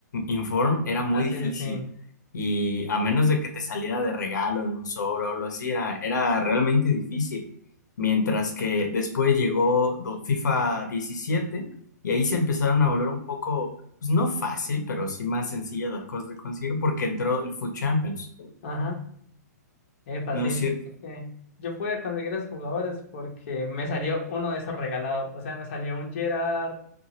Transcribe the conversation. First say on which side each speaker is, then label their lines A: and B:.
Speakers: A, on the left; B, on the left.
A: Inform, era muy
B: Ah, sí,
A: difícil.
B: sí, sí.
A: Y a menos de que te saliera de regalo en un sobre o algo así, era, era realmente difícil. Mientras que después llegó do- FIFA 17 y ahí se empezaron a volver un poco pues no fácil, pero sí más sencilla las cosas de conseguir porque entró el Food Champions.
B: Ajá. Epa,
A: No
B: sí.
A: es cierto.
B: porque Yo pude conseguir a esos jugadores porque me salió uno de esos regalados. O sea, me salió un Gerard